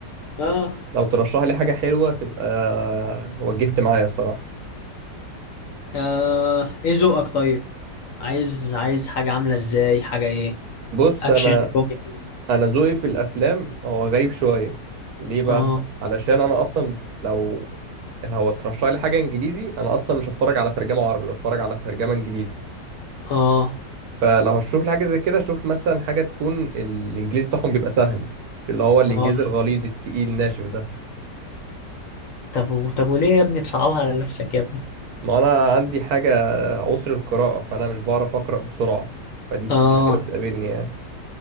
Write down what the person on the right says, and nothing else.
لو ترشح لي حاجه حلوه تبقى وجبت معايا الصراحه
بص
انا
انا ذوقي في الافلام هو غريب شويه ليه بقى
علشان انا اصلا لو لو ترشح لي حاجه انجليزي انا اصلا مش هتفرج على ترجمه عربي هتفرج على ترجمه انجليزي
فلو هتشوف لي حاجه زي كده شوف مثلا حاجه تكون الانجليزي بتاعهم بيبقى سهل مش اللي هو الانجليزي
الغليظ التقيل الناشف ده
ما انا عندي حاجه عسر القراءه فانا مش بعرف اقرا بسرعه فدي بت-
مشكله بتقابلني يعني